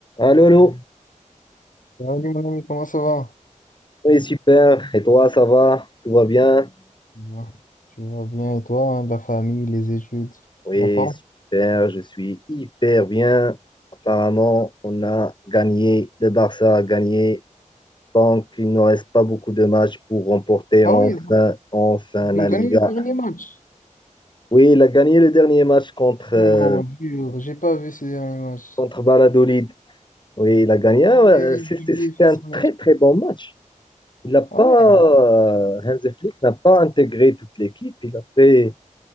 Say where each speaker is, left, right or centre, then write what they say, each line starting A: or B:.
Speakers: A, on the left; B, on the left.
A: Allô, allô.
B: Salut mon ami, comment ça va?
A: Oui, super. Et toi, ça va? Tout va bien?
B: Bah, Tu vas bien et toi, hein, la famille, les études,
A: Oui,
B: la forme?
A: super. Je suis hyper bien. Apparemment, on a gagné. Le Barça a gagné. Donc, il ne reste pas beaucoup de matchs pour remporter
B: Ah
A: enfin,
B: oui,
A: enfin
B: ils
A: la
B: ont gagné
A: Liga.
B: le dernier match.
A: Oui, il a gagné le dernier match contre, euh,
B: Mon Dieu, j'ai pas vu ces derniers matchs.
A: contre Valladolid. Oui, il a gagné. Ah
B: Ah
A: ouais,
B: oui,
A: c'était
B: Julien
A: c'était
B: fait
A: un
B: son match.
A: très, très bon match. Il n'a pas,
B: Ah ouais?
A: euh, Hansi Flick n'a pas intégré toute l'équipe. Il a fait